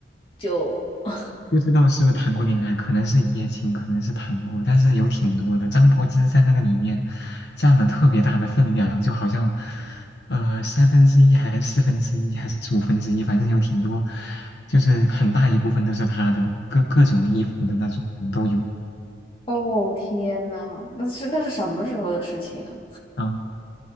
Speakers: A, on the left; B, on the left.
A: 就？<laughs>
B: 不知道是不是谈过恋爱，可能是一夜情，可能是谈过，但是有挺多的。张柏芝在那个里面占了特别大的分量，就好像，呃，三分之一还是四分之一还是五分之一，反正有挺多，就是很大一部分都是她的，各各种衣服的那种都有。
A: 哦天呐，那是那是什么时候的事情啊？
B: 嗯，